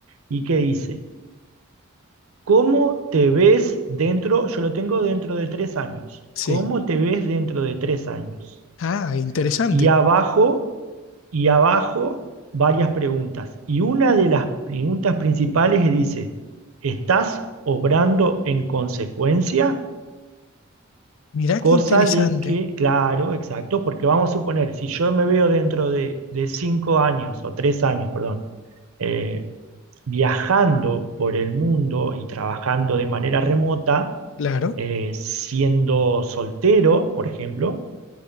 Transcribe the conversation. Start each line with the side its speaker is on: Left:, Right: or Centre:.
Right: y que dice, ¿cómo te ves dentro? Yo lo tengo dentro de tres años.
Left: Sí.
Right: ¿Cómo te ves dentro de tres años?
Left: Ah, interesante.
Right: Y abajo, y abajo, varias preguntas. Y una de las preguntas principales dice, ¿estás obrando en consecuencia?
Left: Mirá
Right: Cosa
Left: qué interesante.
Right: de que, claro, exacto, porque vamos a suponer, si yo me veo dentro de, de cinco años o tres años, perdón, eh, viajando por el mundo y trabajando de manera remota,
Left: Claro.
Right: eh, siendo soltero, por ejemplo,